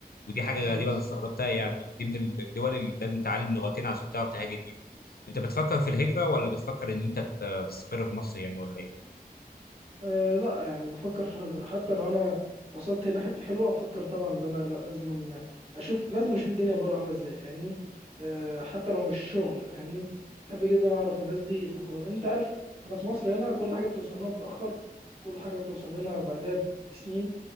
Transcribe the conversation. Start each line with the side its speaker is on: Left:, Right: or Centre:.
Left: ودي حاجه
Right: بالظبط
Left: غريبه انا استغربتها يعني دي من الدول اللي لازم تتعلم لغتين عشان تعرف تهاجر ليهم انت بتفكر في الهجره ولا بتفكر ان انت ت- تستقر في مصر يعني ولا ايه
Right: أه لا يعني بفكر في الهجرة حتى لو انا وصلت لحتة حلوة افكر طبعا ان انا لا لازم اشوف لازم اشوف الدنيا بره عاملة ازاي فاهمني أه حتى لو مش شغل فاهمني بحب جدا اعرف الناس دي تطول انت عارف احنا في مصر هنا كل حاجة بتوصل لنا متأخر كل حاجة بتوصل لنا بعدها بسنين